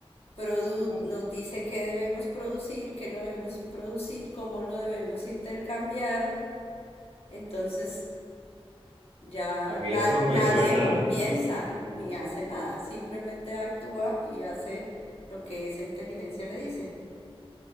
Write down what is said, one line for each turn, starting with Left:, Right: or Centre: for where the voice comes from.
Left: produ-
Right: a
Left: nos dice qué debemos producir, qué no debemos producir, cómo lo debemos intercambiar. Entonces ya
Right: a mí eso
Left: na-
Right: me
Left: nadie
Right: suena.
Left: piensa ni hace nada, simplemente actúa y hace lo que esa inteligencia le dice.